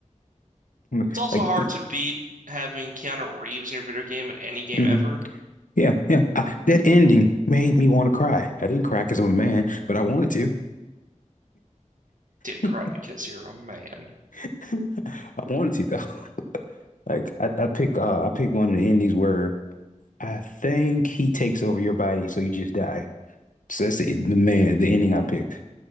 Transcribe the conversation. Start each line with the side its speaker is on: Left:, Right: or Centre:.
Left: Mm,
Right: It's also
Left: Like,
Right: hard
Left: it,
Right: to beat having Keanu Reeves in your video game in any game
Left: mhm.
Right: ever.
Left: yeah, yeah. I, that ending made me want to cry. I didn't cry because I'm a man, but I wanted to.
Right: didn't
Left: <laughs>
Right: cry because you're a man.
Left: I wanted to though. <laughs> Like I, I pick, uh, I pick one of the endings where I think he takes over your body, so you just die. So that's the, the man, the ending I picked.